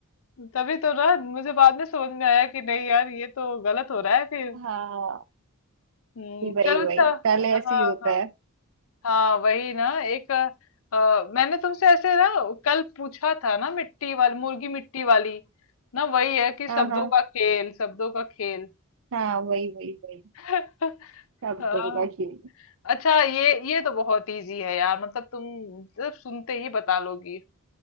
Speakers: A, on the left (about 65°); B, on the right (about 65°).
A: तभी तो ना मुझे बाद में समझ में आया कि नहीं यार ये तो गलत हो रहा है फिर
B: हाँ
A: हुँ,
B: जी, वही
A: चलो
B: वही
A: अच्छा हाँ,
B: पहले ऐसे ही होता
A: हाँ,
B: है
A: हाँ, वही ना एक अ, अ, मैंने तुमसे ऐसे ना कल पूछा था ना मिट्टी वाली मुर्गी मिट्टी वाली ना वही है कि
B: हाँ
A: शब्दों
B: हाँ
A: का खेल शब्दों का खेल
B: हाँ वही वही वही
A: <laughs>
B: शब्दों
A: हाँ,
B: का खेल
A: अच्छा ये ये तो बहुत इजी है यार मतलब तुम सिर्फ सुनते ही बता लोगी